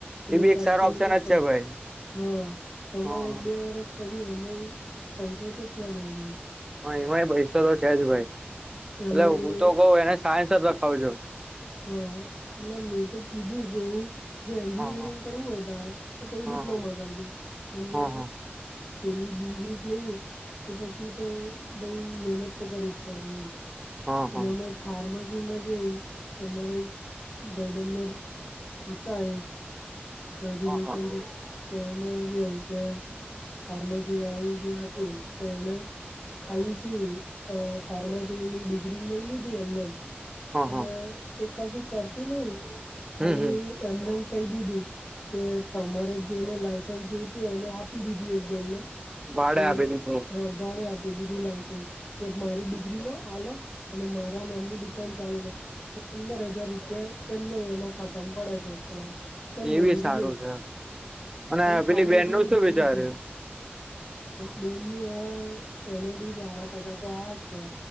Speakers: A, on the left; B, on the right.
A: અને
B: એ બી
A: સરખી
B: એક સારો ઓપ્શન
A: રીતે
B: જ છે ભાઈ
A: હા તમારે
B: હા
A: ફ્રેશ પછી અમઈ પૈસો તો છે જ અમાઈ.
B: હા એમાંય પૈસો તો છે જ ભાઈ એટલે
A: એમાંય
B: હું તો કઉ એને સાયન્સ જ રખાવજો.
A: હા એટલે મેં તો કીધું કે એવું જો એન્જિનિયરિંગ
B: હા હા
A: કરવું હોય તારા તો પછી
B: હા
A: ડિપ પ્લોમા કરજે, પણ
B: હા
A: જો
B: હા
A: પેલી બી ગ્રુપ લેવું હોય તો પછી તો ભાઈ મહેનત તો કરી જ પડશે.
B: હા
A: અને
B: હા
A: એમાંય ફાર્માસી માં કેવું અમારે એક ભાઈબંધ હતા એક રિલેશનથી
B: હા હા
A: તે મા એવું કે ફાર્મસી વાળી જે હતી તે એને ખાલી શું અ ફાર્માસીની ડિ ગ્રી લઈ લીધી એમને
B: હા
A: અને
B: હા
A: એ કશું કરતી નહી ખાલી
B: હમ હમ
A: એમનેમ કહી દીધું કે તમારે જેને લાયસન્સ જોતું એને આપી દીધું એક જણ ને
B: ભાડે
A: કે
B: આપી દીધું
A: હ ભાડે આપી દીધું લાઈસન્સ કે મારી ડિગ્રી લો આ લો અને મારા નામની દુકાન ચાલુ કરો તે પંદર હજાર રૂપિયા એમને એના ખાતામાં પડે છે અત્યારે! કઈ
B: એ
A: મજૂરી
B: બી સારું
A: નહી
B: છે અને
A: ખાલી
B: પેલી
A: ફાર્માસીની
B: બેન નું
A: ડિગ્રી
B: શું વિચાર્યું
A: લીધી. બેન ને હવે એને બી સાર ટકા તો આયા જ છે.